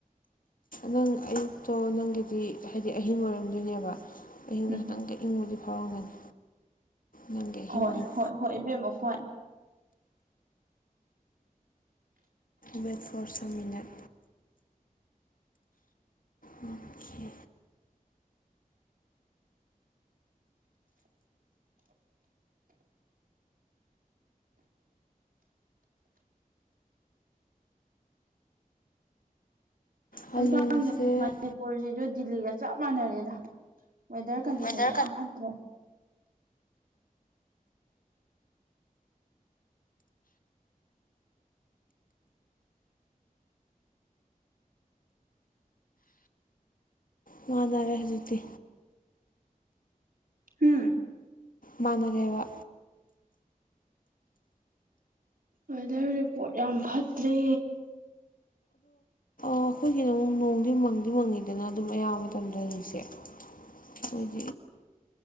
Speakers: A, on the left; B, on the right.
A: ꯅꯪ ꯑꯌꯨꯛꯇꯣ ꯅꯪꯒꯤꯗꯤ ꯍꯥꯏꯗꯤ ꯑꯍꯤꯡ ꯑꯣꯏꯔꯝꯗꯣꯏꯅꯦꯕ ꯑꯍꯤꯡꯁꯦ
B: ꯎꯝ
A: ꯈꯤꯇꯪ ꯏꯪꯕꯗꯤ ꯐꯥꯎꯔꯝꯒꯅꯤ ꯅꯪꯒꯤ ꯑꯍꯤꯡ
B: ꯍꯣꯏ
A: ꯑꯣꯏꯅ
B: ꯍꯣꯏ ꯍꯣꯏ ꯏꯕꯦꯝꯃꯣ ꯍꯣꯏ
A: ꯋꯦꯠ ꯐꯣꯔ ꯁꯝ ꯃꯤꯅꯠ ꯑꯣꯈꯦ
B: ꯍꯧꯖꯤꯛꯀꯥꯟꯁꯦ
A: ꯍꯌꯦꯡꯁꯦ
B: ꯃꯅꯤꯄꯨꯔꯁꯤꯁꯨ ꯗꯤꯜꯂꯤꯒ ꯆꯞ ꯃꯥꯟꯅꯔꯦꯗ ꯋꯦꯗꯔ ꯀꯟꯗꯤꯁꯟꯁꯨ
A: ꯑꯁ
B: ꯌꯥꯝ ꯐꯠꯇ꯭ꯔꯦ
A: ꯃꯥꯟꯅꯔꯦ ꯍꯧꯖꯤꯛꯇꯤ
B: ꯍꯨꯝ
A: ꯃꯥꯅꯔꯦꯕ
B: ꯋꯦꯗꯔ ꯔꯤꯄꯣꯠ ꯌꯥꯝ ꯐꯠꯇ꯭ꯔꯦ
A: ꯑꯣ ꯑꯩꯈꯣꯏꯒꯤꯅ ꯑꯃꯨꯛ ꯅꯣꯡꯗꯤ ꯃꯪꯗꯤ ꯃꯪꯉꯤꯗꯅ ꯑꯗꯨꯝ ꯑꯌꯥꯝꯕ ꯃꯇꯝꯗ ꯍꯔꯤꯁꯦ ꯍꯧ ꯎꯝ